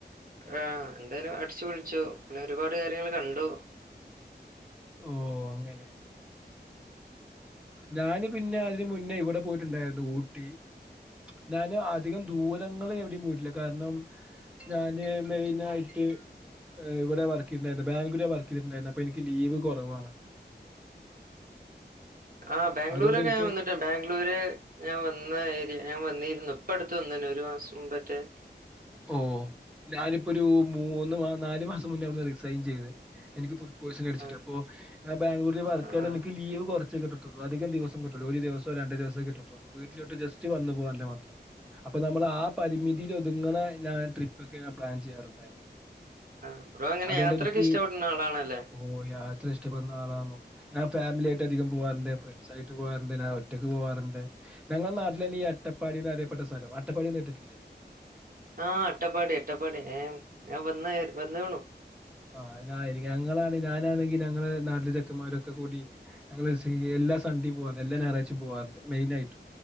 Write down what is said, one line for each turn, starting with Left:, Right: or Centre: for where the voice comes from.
Right: ഏഹ് എന്തായാലും അടിച്ചു പൊളിച്ചു പിന്നെ ഒരുപാട് കാര്യങ്ങൾ കണ്ടു
Centre: ഓഹ് അങ്ങനെ ഞാന് പിന്നെ അതിന് മുന്നേ ഇവടെ പോയിട്ടുണ്ടായിരുന്നു ഊട്ടി ഞാനും അധികം ദൂരങ്ങള് എവിടിയും പോയിട്ടില്ല കാരണം ഞാന് മെയിനായിട്ട് ഇവടെ വർക്കെയ്ത്ട്ട് ഇണ്ടായിരുന്നേ ബാഗ്ലൂരാ വർക്ക് ചെയ്തിട്ടുണ്ടായിരുന്നെ അപ്പൊ ഇനിക്ക് ലീവ് കൊറവാണ്
Right: ആഹ് ബാംഗ്ലൂരൊക്കെ
Centre: അതുകൊണ്ട് എനിക്ക്
Right: ഞാൻ വന്നിട്ടുണ്ട് ബാംഗ്ലൂര് ഞാൻ വന്ന ഏരിയ ഞാൻ വന്നിരുന്നു ഇപ്പ അടുത്ത് വന്ന്നി ഒരു മാസം മുംമ്പറ്റേ
Centre: ഓഹ് ഞാനിപ്പോ ഒരു മൂന്ന് നാല് മാസം മുന്നേ റിസൈൻ ചെയ്ത് എനിക്ക് ഫു ഡ് പോയിസൻ അടിച്ചിട്ട്
Right: ആഹ്
Centre: അപ്പോ ബാംഗ്ലൂരിൽ വർക്ക്
Right: ആഹ്
Centre: ചെയതിട്ട്
Right: ആഹ്
Centre: ഇനിക്ക് ലീവ് കൊറച്ചെ കിട്ട്ണൊള്ളു അധിക ദിവസം കിട്ടൂല ഒരു ദിവസോ രണ്ട് ദിവസേ കിട്ടത്തൊള്ളൂ വീട്ടിലോട്ട് ജസ്റ്റ് വന്നു പോകാല്ലേ മാത്രം അപ്പൊ നമ്മള് ആ പരിമിതിയിൽ ഒതുങ്ങണെ ട്രിപ്പൊക്കെ ഞാൻ പ്ലാൻ ചെയ്യാറുണ്ടായിരുന്നൊള്ളു
Right: ആഹ്. ബ്രോ എങ്ങനെ
Centre: അത് കൊണ്ട്
Right: യാത്രൊക്കെ
Centre: എനിക്ക്
Right: ഇഷ്ടപ്പെടുന്ന ആളാണല്ലേ
Centre: ഓഹ് യാത്ര ഇഷ്ടപ്പെടുന്ന ആളാന്നോ ഞാൻ ഫാമിലിയായിട്ട് അധികം പോവാറ്ണ്ട് ഫ്രണ്ട്സായിട്ട് പോ പോവാറ്ണ്ട് ഞാൻ ഒറ്റക്ക് പോവാറുണ്ട് ഞങ്ങളെ നാട്ടിലാണ് ഈ അട്ടപ്പാടിയെന്ന് അറിയപ്പെട്ട സ്ഥലം അട്ടപ്പാടി എന്ന് കേട്ടിട്ടില്ലേ?
Right: ആഹ് അട്ടപ്പാടി അട്ടപ്പാടി ഏഹ് ഞാൻ വന്ന് വന്ന് കാണും
Centre: ആഹ് ഞാന് ആ ഏരിയെ ഞങ്ങളാണെങ്കി ഞാനാണെങ്കി ഞങ്ങള് നാട്ടില് ചെക്കമ്മാരൊക്കെ കൂടി ഞങ്ങള് എല്ലാ സൺഡിയും പോവാറുണ്ട് എല്ലാ ഞായറാഴ്ച്ചയും പോവാറുണ്ട് മെയിനായിട്ടും